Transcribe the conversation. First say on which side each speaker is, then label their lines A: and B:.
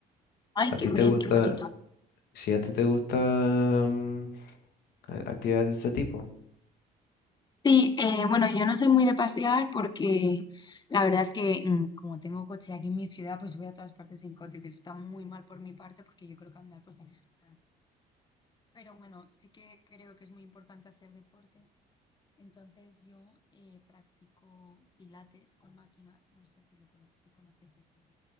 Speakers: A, on the left; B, on the left.
A: Ay,
B: ¿A
A: qué
B: ti
A: bien,
B: te gusta,
A: qué bonito.
B: si a ti te gustan a- actividades de este tipo?
A: Sí, eh, bueno, yo no soy muy de pasear porque la verdad es que mm, como tengo coche aquí en mi ciudad, pues voy a todas partes en coche, que eso está muy mal por mi parte porque yo creo que andar pues viene genial. Pero bueno, sí que creo que es muy importante hacer deporte Entonces yo eh, practico pilates con máquinas, no sé si lo cono- si conoces ese,